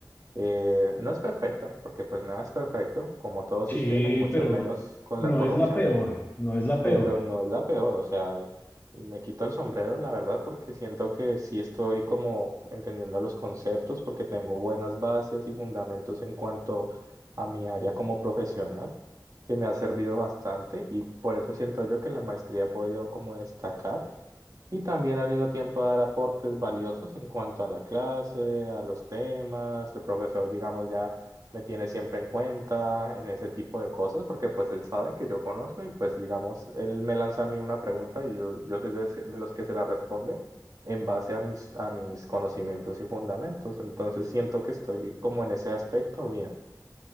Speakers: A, on the right (about 50°); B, on the left (about 25°).
A: Eh, no es perfecta, porque pues nada es perfecto, como todo
B: Sí,
A: sistema y mucho
B: pero
A: menos con
B: No
A: la corrupción,
B: es la peor, no es la
A: pero
B: peor.
A: no es la peor, o sea, me quito el sombrero, la verdad, porque siento que sí estoy como entendiendo los conceptos, porque tengo buenas bases y fundamentos en cuanto a mi área como profesional, que me ha servido bastante y por eso siento yo que en la maestría he podido como destacar y también al mismo tiempo dar aportes valiosos en cuanto a la clase, a los temas. El profesor, digamos, ya me tiene siempre en cuenta en ese tipo de cosas porque pues él sabe que yo conozco y pues digamos, él me lanza a mí una pregunta y yo, yo soy de, ese- de los que se la responden en base a mis, a mis conocimientos y fundamentos. Entonces siento que estoy como en ese aspecto bien.